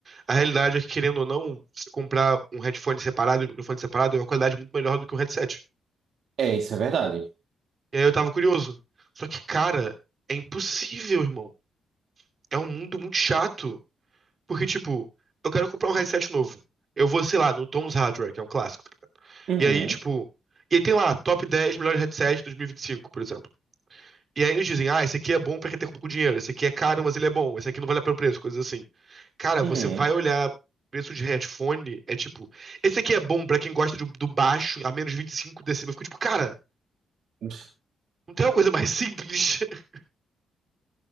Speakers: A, on the right (about 40°); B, on the right (about 70°).
A: a realidade é que, querendo ou não, você comprar um headphone separado e um microfone separado é uma qualidade muito melhor do que um headset.
B: É, isso é verdade.
A: E aí eu tava curioso. Só que, cara, é impossível, irmão. É um mundo muito chato. Porque, tipo, eu quero comprar um headset novo. Eu vou, sei lá, no Tom's Hardware, que é um clássico.
B: Uhum.
A: E aí, tipo. E aí tem lá, top 10 melhores headsets de 2025, por exemplo. E aí eles dizem, ah, esse aqui é bom pra quem tem pouco dinheiro, esse aqui é caro, mas ele é bom, esse aqui não vale a pena o preço, coisas assim. Cara,
B: Uhum.
A: você vai olhar preço de headphone, é tipo, esse aqui é bom pra quem gosta do, do baixo a menos 25 decibéis. Eu fico tipo, cara,
B: <laughs>
A: não tem uma coisa mais simples? <laughs>